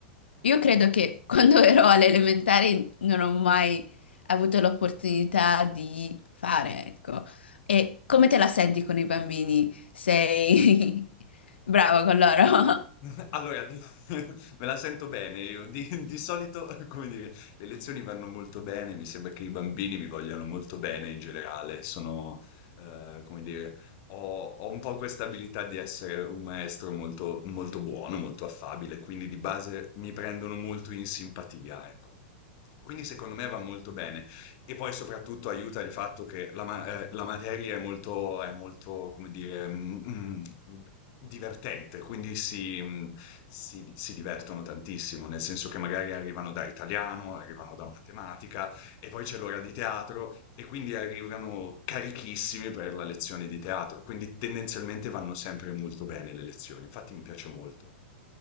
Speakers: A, on the left; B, on the left.
A: io credo che quando <laughs> ero alle elementari non ho mai avuto l'opportunità di fare, ecco. E come te la senti con i bambini? Sei <laughs> brava con loro? <laughs>
B: <laughs> allora di <laughs> me la sento bene io. Di di solito, <laughs> come dire, le lezioni vanno molto bene, mi sembra che i bambini mi vogliano molto bene in generale. Sono, ehm, come dire, ho ho un po' questa abilità di essere un maestro molto molto buono, molto affabile, quindi di base mi prendono molto in simpatia, ecco. Quindi secondo me va molto bene. E poi soprattutto aiuta il fatto che la, ma- eh, la materia è molto, è molto, come dire, mm, mm, divertente, quindi si, mm, si- si divertono tantissimo, nel senso che magari arrivano da italiano, arrivano da matematica e poi c'è l'ora di teatro e quindi arrivano carichissimi per la lezione di teatro, quindi tendenzialmente vanno sempre molto bene le lezioni, infatti mi piace molto.